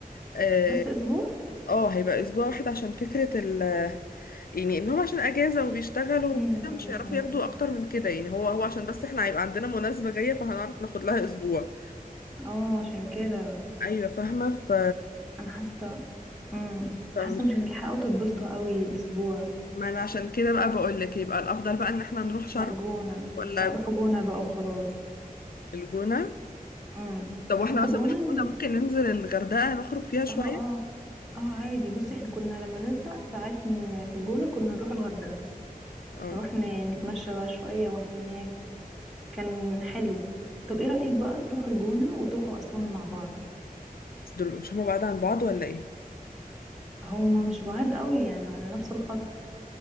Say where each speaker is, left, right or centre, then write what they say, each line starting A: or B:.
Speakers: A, on the left; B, in the centre.
A: آه،
B: بس اسبوع
A: اه هيبقى اسبوع واحد عشان فكرة ال يعني انهم عشان اجازة وبيشتغلوا
B: امم
A: وكده
B: امم
A: مش هيعرفوا
B: أمم.
A: ياخدوا اكتر من كده يعني هو هو عشان بس احنا هيبقى عندنا مناسبة جاية فهنعرف ناخد لها اسبوع
B: اه عشان كده
A: ايوه فاهمة ف
B: انا حاسة امم
A: فمش
B: حاسة مش هتلحقوا تتبسطوا قوي اسبوع
A: ما انا عشان كده بقى بقول لك يبقى الافضل بقى ان احنا نروح شرم
B: لا جونة
A: ولا
B: لا روحوا جونة بقى وخلاص
A: الجونة
B: امم
A: طب واحنا
B: روحوا
A: مثلا
B: جونة
A: من الجونة
B: و...
A: ممكن ننزل الغردقة نخرج فيها شوية
B: اه اه اه عادي بصي احنا كنا لما نزهق ساعات ن- في الجونة كنا نروح الغردقة
A: اه
B: نروح ن- نتمشى بقى شوية وهناك كان حلو طب ايه رأيك بقى تروحوا الجونة وتروحوا أسوان مع بعض
A: بس دول مش هما بعاد عن بعض ولا ايه
B: هما مش بعاد قوي يعني على نفس الخط